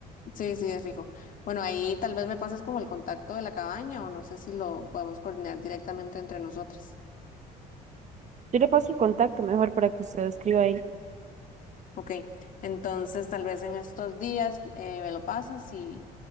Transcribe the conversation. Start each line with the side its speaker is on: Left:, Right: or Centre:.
Left: Sí, sí, es fijo. Bueno, ahí tal vez me pases como el contacto de la cabaña o no sé si lo podemos coordinar directamente entre nosotras.
Right: Yo le paso el contacto mejor para que usted escriba ahí.
Left: Ok, entonces tal vez en estos días eh, me lo pasas y,